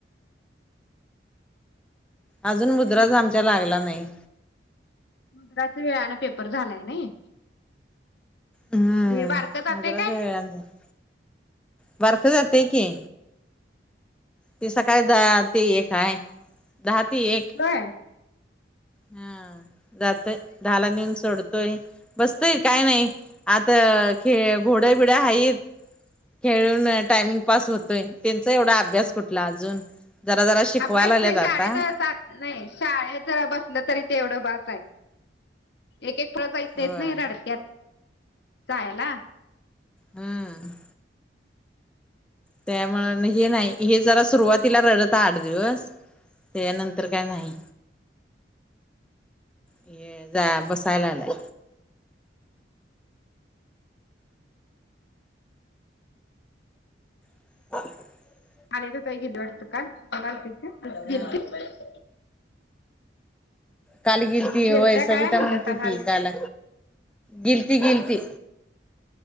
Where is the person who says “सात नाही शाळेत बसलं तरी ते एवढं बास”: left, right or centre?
Left